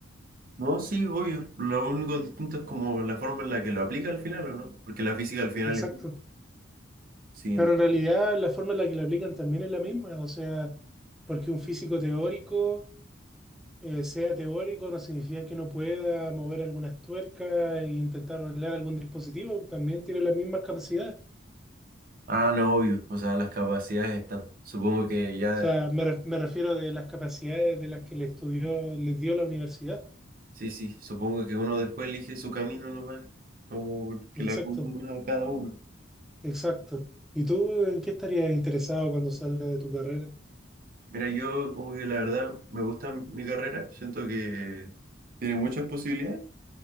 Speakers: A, on the right; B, in the centre.
A: No, sí, obvio. Lo único distinto es como la forma en la que lo aplica al final, ¿o no? Porque la física al final
B: Exacto.
A: es... una. Sí.
B: Pero
A: ent-
B: en realidad la forma en la que la aplican también es la misma, o sea, porque un físico teórico... eh, sea teórico no significa que no pueda mover algunas tuercas e intentar arreglar algún dispositivo, también tiene las mismas capacidades.
A: Ah, no, obvio. O sea, las capacidades están. Supongo que ya...
B: O sea, me, re- me refiero de las capacidades de las que le estudió, les dio la universidad.
A: Sí, sí. Supongo que uno después elige su camino nomás, como el que
B: Exacto,
A: la acumula a cada uno.
B: exacto. ¿Y tú en qué estarías interesado cuando salgas de tu carrera?
A: Mira, yo como que la verdad me gusta mi carrera, siento que tiene muchas posibilidades,